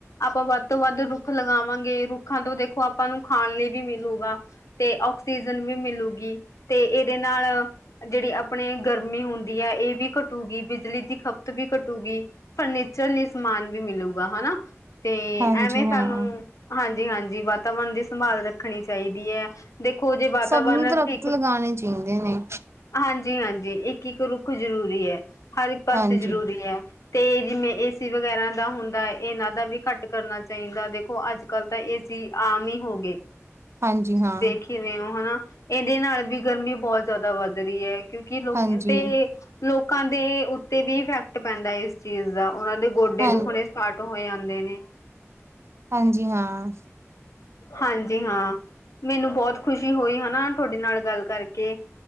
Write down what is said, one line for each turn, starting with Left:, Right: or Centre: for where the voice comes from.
Left: ਆਪਾਂ ਵੱਧ ਤੋਂ ਵੱਧ ਰੁੱਖ ਲਗਾਵਾਂਗੇ ਰੁੱਖਾਂ ਤੋਂ ਦੇਖੋ ਆਪਾਂ ਨੂੰ ਖਾਣ ਲਈ ਵੀ ਮਿਲੂਗਾ। ਤੇ ਆਕਸੀਜਨ ਵੀ ਮਿਲੂਗੀ ਤੇ ਇਹਦੇ ਨਾਲ ਜਿਹੜੀ ਆਪਣੇ ਗਰਮੀ ਹੁੰਦੀ ਹੈ ਇਹ ਵੀ ਘਟੂਗੀ, ਬਿਜਲੀ ਦੀ ਖਪਤ ਵੀ ਘਟੂਗੀ। ਫਰਨੀਚਰ ਲਈ ਸਮਾਨ ਵੀ ਮਿਲੂਗਾ ਹਨਾ ਤੇ
Right: ਹਾਂਜੀ
Left: ਐਵੇਂ
Right: ਹਾਂ
Left: ਸਾਨੂੰ ਹਾਂਜੀ, ਹਾਂਜੀ ਵਾਤਾਵਰਨ ਦੀ ਸੰਭਾਲ ਰੱਖਣੀ ਚਾਹੀਦੀ ਹੈ। ਦੇਖੋ ਜੇ ਵਾਤਾਵਰਨ
Right: ਸਭ ਨੂੰ ਦਰਖਤ
Left: ਠੀਕ
Right: ਲਗਾਉਣੇ ਚਾਹੀਦੇ ਨੇ
Left: ਹਾਂਜੀ, ਹਾਂਜੀ ਇੱਕ-ਇੱਕ ਰੁੱਖ ਜ਼ਰੂਰੀ ਐ। ਹਰ ਇੱਕ ਪਾਸੇ
Right: ਹਾਂਜੀ
Left: ਜ਼ਰੂਰੀ ਹੈ। ਤੇ ਜਿਵੇਂ ਏਸੀ ਵਗੈਰਾ ਦਾ ਹੁੰਦਾ ਇਹਨਾਂ ਦਾ ਵੀ ਘੱਟ ਕਰਨਾ ਚਾਹੀਦਾ। ਦੇਖੋ ਅੱਜ ਕੱਲ ਤਾਂ ਇਹ ਏ ਸੀ ਆਮ ਹੀ ਹੋ ਗਏ। ਤੁਸੀਂ
Right: ਹਾਂਜੀ ਹਾਂ
Left: ਦੇਖ ਹੀ ਰਹੇ ਹੋ ਹਨਾ ਇਹਦੇ ਨਾਲ ਵੀ ਗਰਮੀ ਬਹੁਤ ਜ਼ਿਆਦਾ ਵੱਧ ਰਹੀ ਏ। ਕਿਉਂਕਿ, ਲੋਕ
Right: ਹਾਂਜੀ
Left: ਤੇ ਲੋਕਾਂ ਦੇ ਉੱਤੇ ਵੀ ਇਫੈਕਟ ਪੈਂਦਾ ਇਸ ਚੀਜ਼ ਦਾ ਉਹਨਾਂ ਦੇ ਗੋਡੇ
Right: ਹਾਂ
Left: ਦੁਖਣੇ ਸਟਾਰਟ ਹੋ ਜਾਦੇ ਨੇ।
Right: ਹਾਂਜੀ, ਹਾਂ
Left: ਹਾਂਜੀ, ਹਾਂ ਮੈਨੂੰ ਬਹੁਤ ਖੁਸ਼ੀ ਹੋਈ। ਹਨਾ ਤੁਹਾਡੇ ਨਾਲ ਗੱਲ ਕਰਕੇ